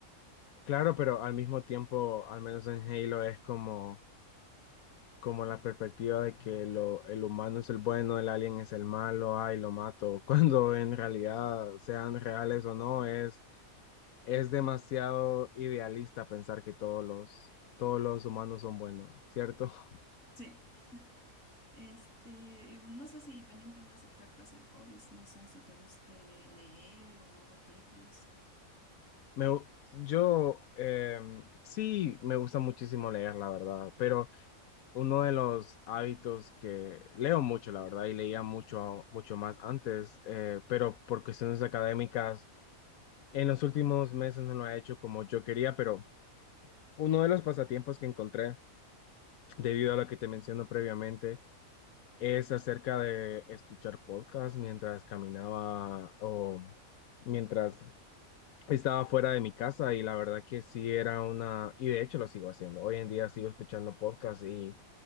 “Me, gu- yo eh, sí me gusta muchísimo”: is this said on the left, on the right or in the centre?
Left